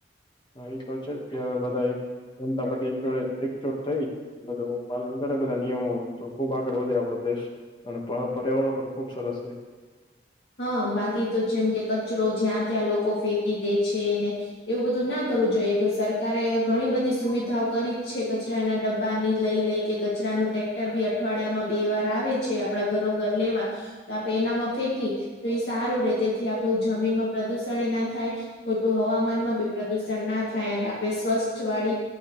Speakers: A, on the left (about 25°); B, on the left (about 65°).
A: હા એ તો છે જ કે હવે બધા એક જનતા બધી એક જોડે એકજોટ થઈ. બધું પાલન કરે બધા નિયમો તો ખુબ આગળ વધે આપડો દેશ. અને પર્યાવરણ પણ ખુબ સરસ છે.
B: હા બાકી તો જેમ કે કચરો જ્યાં ત્યાં લોકો ફેંકી દે છેને એવું બધું ના કરવું જોઈએ સરકારે ઘણી બધી સુવિધાઓ કરી જ છે કચરાના ડબ્બા ની લઈ લઈ કે કચરાનું ટ્રેક્ટર બી અઠવાડિયામાં બે વાર આવે છે આપડા ઘરો ઘર લેવા તો આપણે એનામાં ફેંકી તો એ સારું રે તેથી આપણું જમીનમાં પ્રદુષણ એ ના થાય. ખોટું હવામાનમાં બી પ્રદુષણ ના થાય અને આપણે સ્વચ્છ વાળી